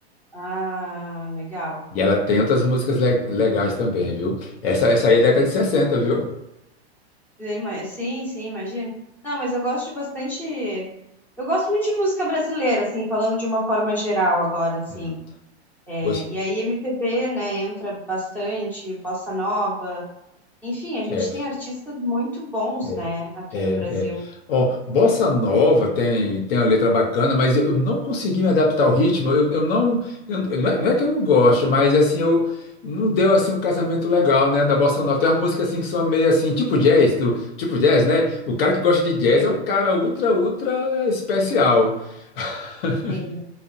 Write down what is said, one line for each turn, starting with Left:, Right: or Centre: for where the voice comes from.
Centre: Ah, legal.
Left: E ela tem outras músicas le- legais também, viu? Essa, essa aí é década de 60, viu?
Centre: Ima- Sim, sim, imagino. Não, mas eu gosto de bastante. Eu gosto muito de música brasileira, assim, falando de uma forma geral agora, assim.
Left: Hum.
Centre: É,
Left: Gos-
Centre: e aí MPB, né, entra bastante, bossa nova. Enfim, a gente
Left: É,
Centre: tem artistas muito bons,
Left: é,
Centre: né, aqui
Left: é,
Centre: no Brasil.
Left: é. Ó, Bossa Nova tem, tem uma letra bacana, mas eu eu não consegui me adaptar ao ritmo. Eu, eu não, eu- não é, não é que eu não gosto, mas assim, eu não deu assim um casamento legal, né, na Bossa Nova. Tem umas músicas assim que são meio assim, tipo jazz, tu- tipo jazz, né? O cara que gosta de jazz
Centre: Sim,
Left: é um cara ultra, ultra especial. <laughs>
Centre: sim.